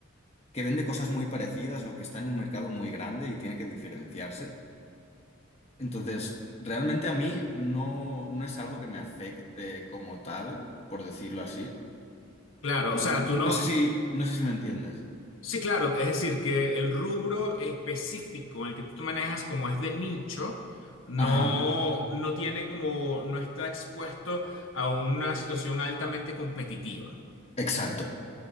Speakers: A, on the left (about 30°); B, on the left (about 65°).
A: que vende cosas muy parecidas o que está en un mercado muy grande y tiene que diferenciarse. Entonces, realmente a mí no, no es algo que me afecte como tal, por decirlo así.
B: claro.
A: No,
B: O sea, tú no,
A: no sé si, no sé si me entiendes.
B: Sí, claro, es decir, que el rubro específico en el que tú te manejas, como es de nicho, no,
A: Ajá,
B: no tiene como, no está expuesto a una situación altamente competitiva.
A: exacto.